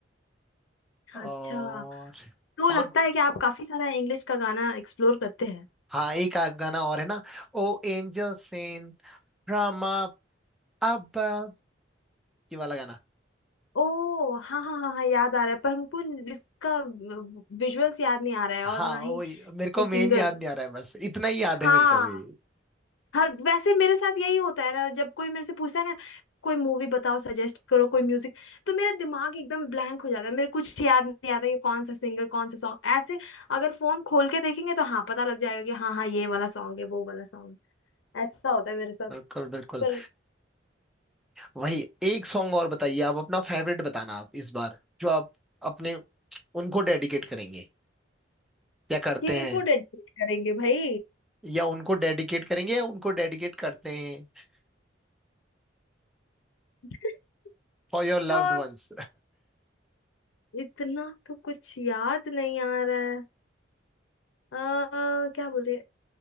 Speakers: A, on the left; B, in the centre.
A: हाँ,
B: और
A: अच्छा तो लगता
B: और
A: है कि आप काफी सारा इंग्लिश का गाना एक्सप्लोर करते हैं
B: हाँ एक आ- गाना और है ना oh angel sent from above ये वाला गाना
A: ओ हाँ हाँ हाँ हाँ याद आ रहा है पर हमको इसका विजुअल्स याद नहीं आ रहा है और
B: हाँ
A: ना ही
B: वही मेरे को मेन
A: सिंगर
B: याद नहीं आ रहा है बस इतना ही याद
A: हाँ
B: है मेरे को भी
A: हाँ वैसे मेरे साथ यही होता है ना जब कोई मेरे से पूछता है ना कोई मूवी बताओ सजेस्ट करो कोई म्यूजिक तो मेरा दिमाग एकदम ब्लैंक हो जाता है मेरे कुछ याद नहीं आता कि कौन सा सिंगर कौन सा सॉन्ग ऐसे अगर फोन खोल के देखेंगे तो हाँ पता लग जाएगा कि हाँ हाँ ये वाला सॉन्ग है वो वाला सॉन्ग ऐसा होता है मेरे साथ
B: बिल्कुल बिल्कुल
A: पर
B: वही एक सॉन्ग और बताइए आप अपना फेवरेट बताना आप इस बार जो आप अपने उनको डेडिकेट करेंगे या करते
A: किनको
B: हैं
A: डेडिकेट करेंगे भाई
B: या उनको डेडिकेट करेंगे या उनको डेडिकेट करते हैं
A: <laughs>
B: फॉर योर लव्ड
A: तो
B: वंस
A: इतना तो कुछ याद नहीं आ रहा है आ, क्या बोले